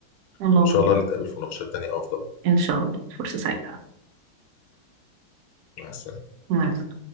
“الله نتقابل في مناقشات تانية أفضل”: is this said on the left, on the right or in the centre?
Left